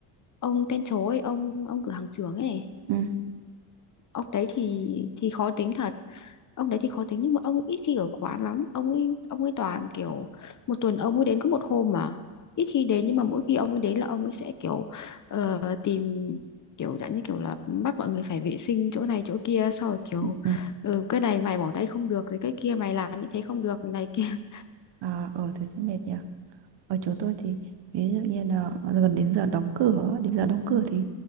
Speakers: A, on the left; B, on the right.
A: ông tên chó ấy ông ông cửa hàng trưởng ấy
B: Ừ.
A: ông đấy thì thì khó tính thật ông đấy thì khó tính nhưng mà ông ấy ít khi ở quán lắm ông ấy ông ấy toàn kiểu một tuần ông ấy đến có một hôm mà ít khi đến nhưng mà mỗi khi ông ấy đến là ông ấy sẽ kiểu ờ, tìm kiểu dạng như kiểu là bắt mọi người phải vệ sinh chỗ này chỗ kia sau rồi kiểu
B: Ừ. ừ.
A: ừ, cái này mày bỏ đây không được rồi cái kia mày làm như thế không được này kia <laughs>
B: À, ờ thế thì mệt nhỉ. ở chỗ tôi thì ví dụ như là gần đến giờ đóng cửa đến giờ đóng cửa thì,